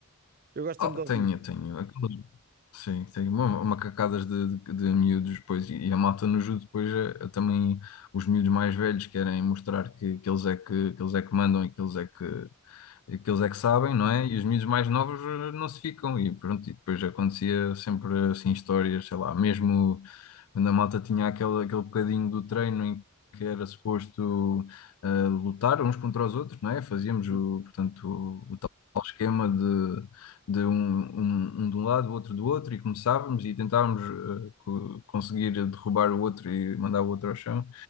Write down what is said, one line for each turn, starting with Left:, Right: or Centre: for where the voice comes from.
Right: Eu gosto
Left: Oh,
Right: sempre
Left: tenho,
Right: de ouvir.
Left: tenho. aquelas- Sim, tenho uma- macacadas de, de, de miúdos depois e, e a malta no judo depois é, é também os miúdos mais velhos querem mostrar que, que eles é que, que eles é que mandam e que eles é que que eles é que sabem, não é? E os miúdos mais novos eh, não se ficam. E pronto, e depois acontecia sempre assim histórias, sei lá, mesmo quando a malta tinha aquele, aquele bocadinho do treino em que era suposto eh, lutar uns contra os outros, não é? Fazíamos
Right: Uhum,
Left: o, portanto, o, o tal esquema de, de um, um, um de um lado, o outro do outro, e começávamos e tentávamos eh, co- conseguir derrubar o outro e mandar o outro ao chão.